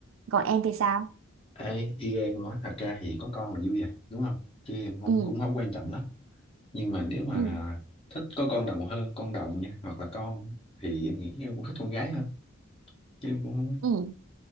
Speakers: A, on the right; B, on the left.
A: còn em thì sao
B: Ê, y gan nữa thật ra thì có con là vui rồi đúng không chứ em không
A: ừ
B: cũng không quan trọng lắm nhưng mà nếu mà
A: ừ
B: thích có con đầu hơn con đồng nha hoặc là con thì em nghĩ em cũng thích con gái hơn chứ em cũng không
A: ừ